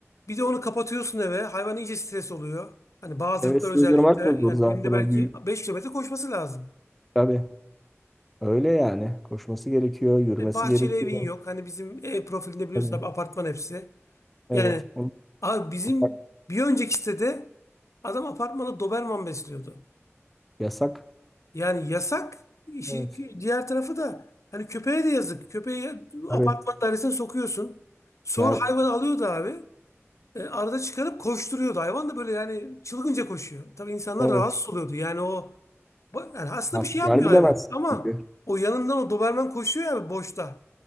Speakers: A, on the left; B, in the centre.
A: bir de onu kapatıyorsun eve hayvan iyice stres oluyor. Hani bazı
B: eve
A: ırklar
B: sığdırmak
A: özellikle
B: da
A: yani
B: zor zaten
A: günde
B: o
A: belki
B: büyük.
A: 5 kilometre koşması lazım.
B: Tabii. Öyle yani. Koşması gerekiyor, yürümesi
A: E, bahçeli
B: gerekiyor.
A: evin yok. Hani bizim ev profilinde biliyorsun
B: Tabii.
A: abi apartman hepsi.
B: Evet.
A: Yani
B: Onu
A: abi bizim
B: yasak.
A: bir önceki sitede adam apartmana Doberman besliyordu.
B: yasak.
A: Yani yasak. İşin
B: Evet.
A: kü- diğer tarafı da hani köpeğe de yazık. Köpeği
B: Tabii.
A: apartman dairesine sokuyorsun. Sonra
B: Yani
A: hayvan alıyordu abi. E, arada çıkarıp koşturuyordu. Hayvan da böyle yani çılgınca koşuyor. Tabii insanlar
B: evet.
A: rahatsız oluyordu. Yani o ba- yani aslında
B: Ne yapacağını
A: bir şey yapmıyor
B: bilemezsin
A: hayvan. Ama
B: çünkü.
A: o yanından o Doberman koşuyor ya boşta.